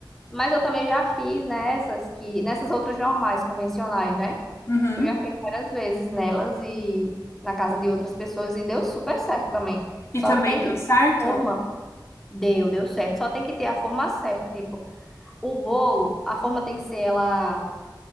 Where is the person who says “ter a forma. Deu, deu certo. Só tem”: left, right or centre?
Centre